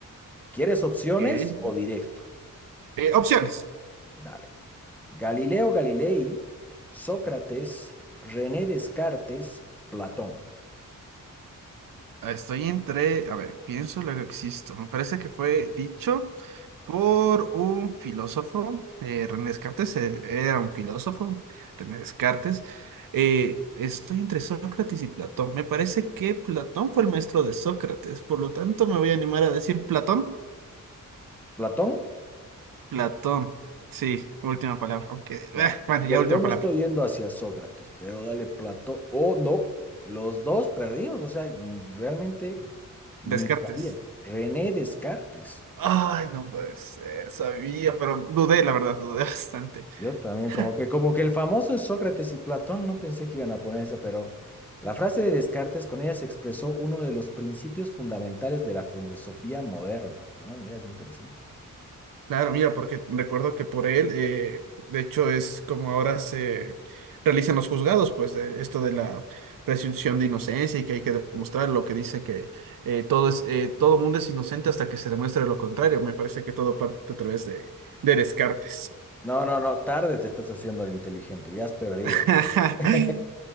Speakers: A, in the centre; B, on the right.
A: ¿Quieres opciones
B: Eh,
A: o directo?
B: opciones.
A: Dale. Galileo Galilei, Sócrates, René Descartes, Platón.
B: Estoy entre, a ver, pienso, luego existo. Me parece que fue dicho por un filósofo, eh, René Descartes, eh, era un filósofo, René Descartes. Eh, estoy entre Sócrates y Platón. Me parece que Platón fue el maestro de Sócrates, por lo tanto me voy a animar a decir Platón.
A: ¿Platón?
B: Platón, sí, última palabra, aunque, eh,
A: Ya.
B: bueno,
A: Yo,
B: ya
A: yo
B: última
A: me
B: palabra.
A: estoy yendo hacia Sócrates, pero dale Platón. O no, los dos perdimos. O sea, n- realmente ni
B: Descartes.
A: sabía esta. René Descartes.
B: Ay, no puede ser, sabía, pero dudé, la verdad, dudé bastante.
A: Yo también,
B: <laughs>
A: como que, como que el famoso Sócrates y Platón, no pensé que iban a poner esa, pero la frase de Descartes, con ella se expresó uno de los principios fundamentales de la filosofía moderna. Ah, mira qué interesante.
B: Claro, mira, porque recuerdo que por él, eh, de hecho, es como ahora se realizan los juzgados, pues de esto de la presunción de inocencia y que hay que demostrar lo que dice que eh, todo es, eh, todo mundo es inocente hasta que se demuestre lo contrario. Me parece que todo parte a través de, de Descartes.
A: No, no, no, tarde te estás haciendo al inteligente, ya has perdido.
B: <laughs>
A: aquí. <laughs>